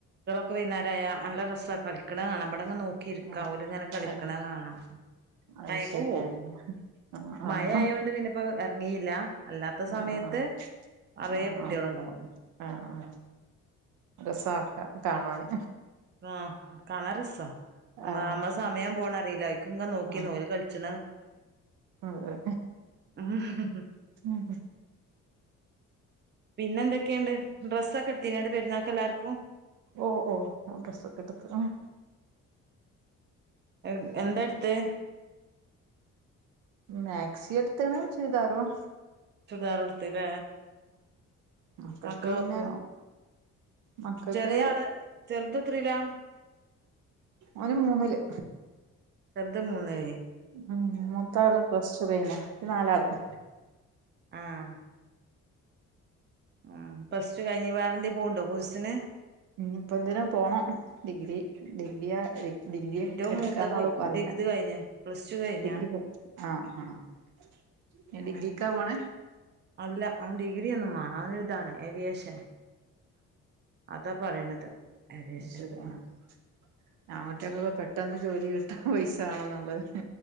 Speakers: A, on the right; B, on the right.
A: വൈകുന്നേരായാ നല്ല രസാ കളിക്കണ കാണാം. ഇവടങ്ങ് നോക്കിയി
B: ആഹ്
A: ഓലിങ്ങനെ ഇങ്ങനെ കളിക്കണ
B: ആഹ്
A: കാണാം
B: അത്
A: ടൈമ്
B: ശരി
A: പോവും
B: ആഹ് ആഹ്
A: മഴ ആയോണ്ട് പിന്നിപ്പോ ഇറങ്ങിയില്ല അല്ലാത്ത
B: ആഹ്
A: സമയത്ത്
B: ആഹ്
A: നിറയെ
B: ആഹ്
A: കുട്ടികളുണ്ടാവും.
B: ആഹ് ആഹ് ആഹ് രസാ കാണാന്.
A: ആഹ് കാണാൻ രസാ. നമ്മ
B: ആഹ്
A: നമ്മളെ സമയം പോണതറിയില്ല ഇക്ക് ഇങ്ങ് നോക്കിന്നോല്
B: ആഹ്
A: കളിച്ച
B: അതെ
A: <unintelligible>
B: ഉം
A: പിന്നെന്തൊക്കെയുണ്ട്? ഡ്രസ്സൊക്കെ എ ത്തിനാ പെരുന്നാക്ക് എല്ലാർക്കും?
B: ഓഹ് ഓഹ് ഡ്രസ്സൊക്കെ എടുത്ത് ആഹ്
A: എ എന്താ എടുത്തേ?
B: മാക്സി എടുത്ത്ണ് ചുരിദാറും.
A: ചുരുദാർ ത്തില്ല
B: മക്കൾക്ക്
A: മക്ക
B: പിന്നെ
A: വക്കും
B: മക്കൾക്ക്
A: ചെറിയാള് ചെറുതെത്രേലാ?
B: ഓന് മൂന്നില്
A: ചെറുത് മൂന്നേ
B: ഉം മൂത്താള് പ്ലസ് ടു കഴിഞ്ഞ് ക്ക് നാലാള്.
A: ആഹ് ആ ഫസ്റ്റ് കഴിഞ്ഞവാറിന്റെ പോണുണ്ടോ കോഴ്സിന്?
B: ഇനിയിപ്പ എന്തേലും പോണം ഡിഗ്രി ഡിഗ്രിയ ഡി ഡിഗ്രി
A: എന്റെ
B: എടുക്കാന്നള്
A: മൂത്ത
B: പറയുന്നേ
A: ഡിഗ്രി കഴിഞ്ഞ പ്ലസ് ടു കഴിഞ്ഞ
B: ഡിഗ്രി ആഹ് ആഹ്
A: ആ
B: ഡിഗ്രിക്കാ പോണേ
A: അല്ല <unintelligible> ഇതാണ് ഏവിയേഷൻ അതാ പറയണത്. ഏവിയേഷന്
B: ശരി
A: പോണം
B: ങ്ങട്ടൊക്കൊക്കെ പെ പട്ടെന്ന് ജോലി കിട്ടാൻ പൈസ വേണെന്നുള്ളത്